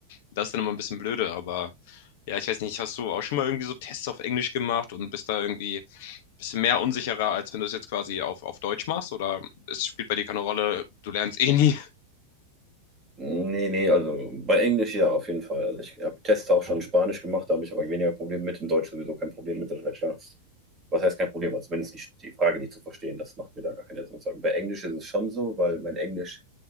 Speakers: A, on the left; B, on the right.
A: Das ist dann immer ein bisschen blöde, aber ja, ich weiß nicht, hast du auch schon mal irgendwie so Tests auf Englisch gemacht und bist da irgendwie ein bisschen mehr unsicherer, als wenn du es jetzt quasi auf, auf Deutsch machst? Oder es spielt bei dir keine Rolle, du lernst eh nie
B: Nee, nee, also bei Englisch ja, auf jeden Fall. Also ich habe Tests auch schon in Spanisch gemacht, da habe ich aber weniger Probleme mit. In Deutsch sowieso kein Problem mit, das ist ja klar. Was heißt kein Problem? Also wenn es nicht die Frage nicht zu verstehen, das macht mir da gar keine Sorgen. Bei Englisch ist es schon so, weil mein Englisch